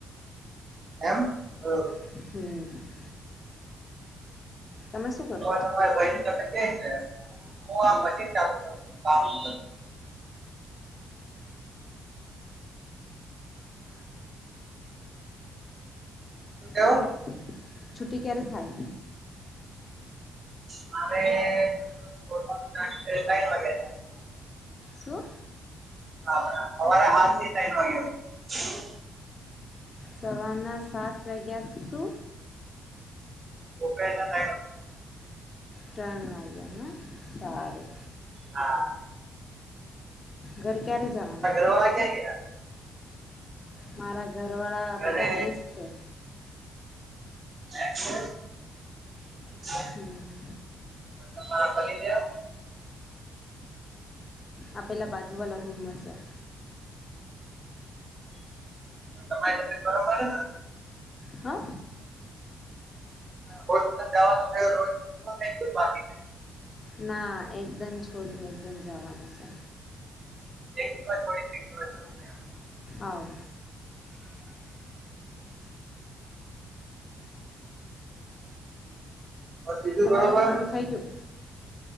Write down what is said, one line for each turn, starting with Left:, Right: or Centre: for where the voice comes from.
Right: એમ બરોબર
Left: <inaudible> તમે શું કરો?
Right: તમારી ભાઈ ની તમે કે છે હું આ મશીન ચાલુ કરુ બા <inaudible> શું કેવું
Left: ઓર છુંટી ક્યારે થાય?
Right: મારે છૂટવાનો ટાઈમ તઈણ વાગ્યે થાય.
Left: શું
Right: હા અમારે હાલીએ તઈણ વાગ્યા હુદી
Left: સવાર ના સાત વાગ્યા તુ
Right: દુપહેર રા
Left: ત્રણ વાગ્યા ના સારું.
Right: હા.
Left: ઘર ક્યારે જવાનો.
Right: <unintelligible> ગ્યા.
Left: મારા ઘરવાળા
Right: ઘરે
Left: બધા અહીંજ છે.
Right: આ એજ છે
Left: હમ
Right: અન તમારા પતિદેવ
Left: આ પેલા બાજુ વાલા રૂમમાં છે.
Right: તમારી તબિયત બરોબર હેને
Left: હ અ
Right: હોસ્ટલ જવાનું થાય <unintelligible> <unintelligible> બાકી નઈ
Left: ના એકદમ છોડી ને એકદમ જવાનું છે.
Right: બે દિવસ પણ એક બે દિવસ જવાનું એમ
Left: આવ
Right: બોલ બીજું
Left: તમારે
Right: બરોબર
Left: ખાવાનું થઈ ગયું